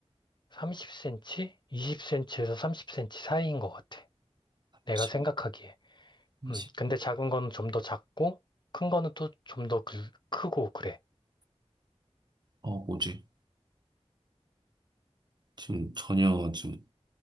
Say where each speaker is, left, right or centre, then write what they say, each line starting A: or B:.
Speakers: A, on the left; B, on the right.
A: 30cm? 20cm에서 30cm 사이인 것 같아. 내가
B: 십,
A: 생각하기에.
B: 삼십.
A: 음, 근데 작은 거는 좀 더 작고, 큰 거는 또 좀더 그, 크고, 그래.
B: 어, 뭐지? 지금 전혀 지금